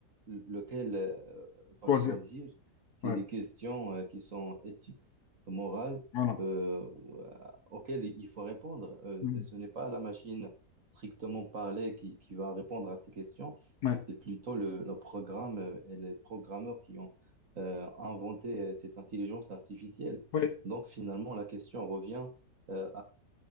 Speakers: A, on the right; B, on the left.
A: lequel euh, va
B: Choisir.
A: choisir, c'est
B: Ouais.
A: des questions euh, qui sont éthiques, morales,
B: Voilà.
A: euh, ou, euh, auxquelles il faut répondre. Euh,
B: Mm.
A: et ce n'est pas la machine strictement parlée qui, qui va répondre à ces questions,
B: Ouais.
A: c'est plutôt le, le programme euh, et les programmeurs qui ont euh, inventé euh, cette intelligence artificielle.
B: Ouais.
A: Donc finalement, la question revient euh,